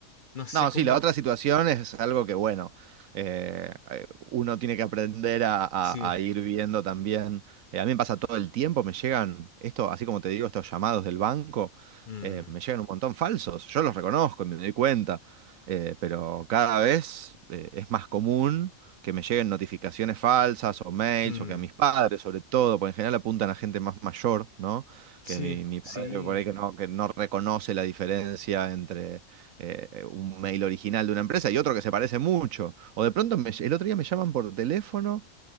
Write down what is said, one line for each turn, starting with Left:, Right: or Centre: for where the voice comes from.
Left: no sé
Right: No,
Left: cómo.
Right: sí, la otra situación es algo que, bueno, eh, eh, uno tiene que aprender a, a-
Left: Sí.
Right: a ir viendo también. Eh, a mí me pasa todo el tiempo, me llegan, esto, así como te digo, estos llamados del banco,
Left: mm,
Right: eh, me llegan un montón falsos. Yo los reconozco y me doy cuenta, eh, pero cada vez eh, es más común que me lleguen notificaciones falsas o mails
Left: mm,
Right: o que a mis padres, sobre todo, porque en general apuntan a gente más mayor, ¿no?
Left: sí,
Right: Que mi, mi
Left: sí.
Right: padre por ahí que no, que no reconoce la diferencia entre eh, eh, un mail original de una empresa y otro que se parece mucho. O de pronto me- el otro día me llaman por teléfono